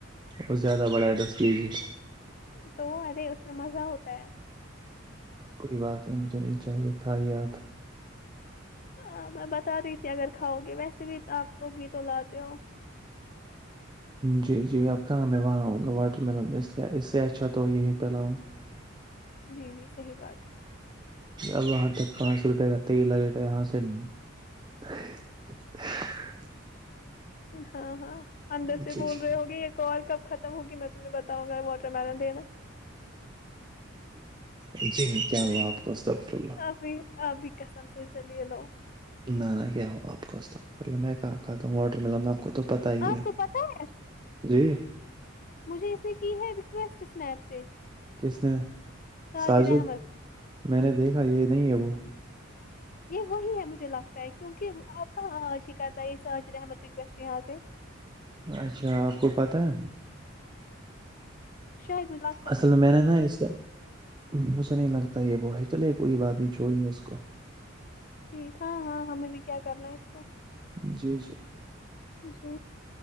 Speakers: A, on the right; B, on the left.
A: اور زیادہ بڑھیا دس کی جی
B: تو وہ ارے اس میں مزہ ہوتا ہے
A: کوئی بات نہیں مجھے نہیں چاہیے کھائیے آپ
B: ہ میں بتا رہی تھی اگر کھاؤ گے ویسے بھی آپ لوگ بھی تو لاتے ہو
A: جی جی آپ کہاں میں وہاں آؤں گا واٹر ملن اس اس سے اچھا تو یہی پہلاؤں
B: جی جی صحیح بات ہے
A: اب وہاں تک پانچ سو روپیہ کا ت ہی لگے گا یہاں سے <inaudible>
B: ہاں ہاں اندر سے
A: جی
B: بول
A: جی
B: رہے ہوگے ایک اور کب خم ہوگی میں تمہیں بتاؤں گا واٹر ملن دینا
A: جی نہیں کیا ہوا آپ کو ہک فل
B: ابھی آبھی قسم سے زلیلو
A: نہ نہ کیا ہو آپ کوس تولہ میں کہ واٹر ملانا آپ کو تو پتا ہی
B: آپ
A: ہے
B: کو پتا ہے
A: جی
B: مجھے اسے کی ہے ریکویسٹنیپ سے
A: کس نے
B: ساجد
A: ساجب
B: احمد
A: میں نے دیکھا یہ نہیں ہے وہ
B: یہ وہی ہے مجھے لگتا ہے کیونکہ آپ کہاں آج ہی کرتا ہے اس آج احمد ریکویسٹ یہاں سے
A: اچھا آپ کو پتاہ ہے
B: ش گات
A: اصل میں میں نے نا اس کا مجھے نہیں لگتا یہ وہ ہے چلے کوئی بات نہیں چھوڑی ہے اس کو
B: ٹھیک ہاں ہاں ہمیں بھی کیا کرنا ہے اس کو
A: جی جی
B: جی